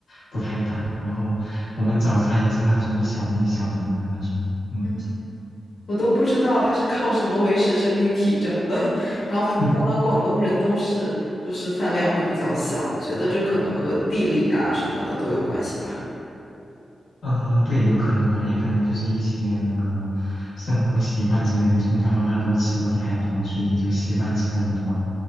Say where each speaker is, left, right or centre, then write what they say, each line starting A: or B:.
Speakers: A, on the left; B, on the left.
A: 不太大，然后我们早茶也是那种一小笼一小笼的那种。嗯
B: 嗯，我都不知道他是靠什么维持生命体征的。<laughs> 然后没想到广东人都是，
A: <laughs>
B: 就是饭量会比较小，觉得这可能和地理啊什么的都有关系吧。
A: 嗯、呃对，有可能吧，也可能就是一些那个生活习惯之类的，从小到大都吃的不太多，所以就习惯吃这么多了。